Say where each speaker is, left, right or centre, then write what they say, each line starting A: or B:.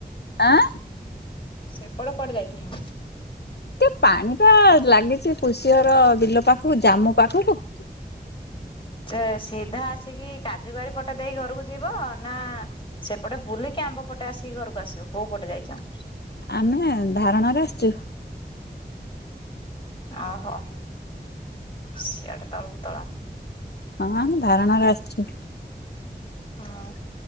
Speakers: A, on the left; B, on the left.
A: ଆଁ?
B: ସେପଟ କୁଆଡେ ଯାଇଥିଲ?
A: ଏତେ ପାଣି ଟା ଲାଗିଛି କୃଷିଅର ବିଲ ପାଖକୁ ଜାମୁ ପାଖକୁ।
B: ସେ ସିଧା ଆସିକି କାଜୁ ବାରି ପଟ ଦେଇ ଘରକୁ ଯିବ ନା ସେପଟେ ବୁଲିକି ଆମ୍ବ ପଟେ ଆସିକି ଘରକୁ ଆସିବ କୋଉ ପଟେ ଯାଇଛ?
A: ଆମେ ଧାରଣାରେ ଆସିଛୁ।
B: ଓହୋ ସିଆଡେ ତଳକୁ ତଳ
A: ହଁ ଆମେ ଧାରଣାରେ ଆସିଛୁ
B: ହଁ